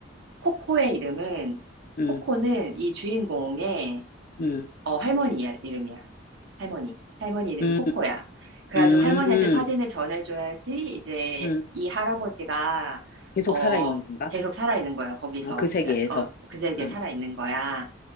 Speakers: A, on the right; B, on the left.
A: 코코의 이름은
B: 응.
A: 코코는 이 주인공의
B: 응.
A: 어, 할머니 이야- 이름이야. 할머니. 할머니 이름이
B: 응.
A: 코코야. 그래가지고
B: 응.
A: 할머니한테 사진을 전해줘야지 이제
B: 응.
A: 이 할아버지가,
B: 계속
A: 어,
B: 살아있는 건가?
A: 계속 살아있는 거야. 거기서.
B: 어, 그 세계에서.
A: 기다- 어, 그제에게
B: 응.
A: 살아있는 거야.